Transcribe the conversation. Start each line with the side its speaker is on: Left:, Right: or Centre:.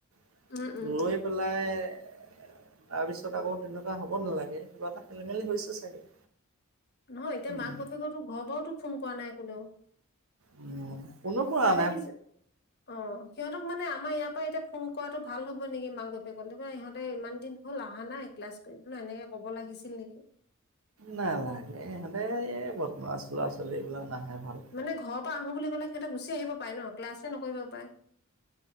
Right: লৈ পেলাই
Left: উম,
Right: এ
Left: উম,
Right: এ
Left: উম,
Right: এ এ এ এ এ এ এ তাৰপিছত আকৌ তেনেকুৱা হ'ব নালাগে কিবা এটা খেলি-মেলি হৈছে চাগে।
Left: নহয় এতিয়া
Right: উম
Left: মাক-বাপেকতো ঘৰৰ পৰাতো ফোন কৰা নাই কোনেও।
Right: উম কোনো
Left: ওই
Right: কৰা
Left: সিহঁতে
Right: নাই
Left: কিছে। অ অ অ অ, সিহঁতক মানে আমাৰ ইয়াৰ পৰা এতিয়া ফোন কৰাটো ভাল হ'ব নেকি মাক-বাপে কলেবা ইহঁতে ইমান দিন হ'ল আহা নাই। ক্লাছ কৰিবো এনেকে ক'ব লাগিছিল নেকি?
Right: নালাগে ইহঁতে এই বৰ্তমান লৰা-ছোৱালী এইবিলাক নাহে ভাল।
Left: মানে ঘৰৰ পৰা আহো বুলি ক'লে সিহঁতে গুচি আহিব পায় ন ক্লাছে নকৰিব পাৰে।